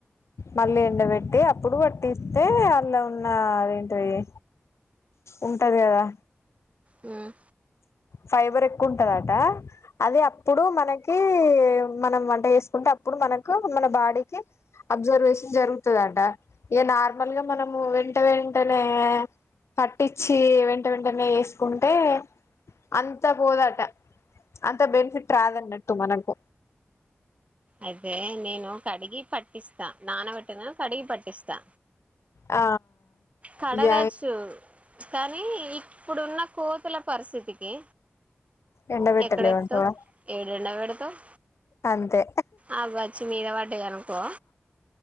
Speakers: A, on the left (about 80°); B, on the right (about 30°).
A: మళ్ళీ ఎండబెట్టి అప్పుడు పట్టిస్తే అళ్లో ఉన్న అదేంటిది ఉంటది కదా
B: ఉమ్మ్
A: ఫైబర్ ఎక్కువుంటందటా అది అప్పుడు మనకి మనం వంట చేసుకుంటే అప్పుడు మనకు మన బాడీకి అబ్జర్వేషన్ జరుగుతాదంట ఇగ నార్మల్గా మనము వెంట వెంటనే పట్టించి వెంట వెంటనే ఏసుకుంటే అంతా పోదటా అంత బెనిఫిట్ రాదన్నట్టు మనకు
B: అదే నేను కడిగి పట్టిస్తా నానబెట్టిన కడిగి పట్టిస్తా
A: ఆ
B: కడగచ్చు
A: ఇగ
B: కానీ ఇప్పుడున్న కోతుల పరిస్థితికి
A: ఎండబెట్టలేవంటవా
B: ఎక్కడెత్తవ్ ఏడ ఎండ పెడతావ్
A: అంతే
B: అవి వచ్చి మీద పడ్డాయి అనుకో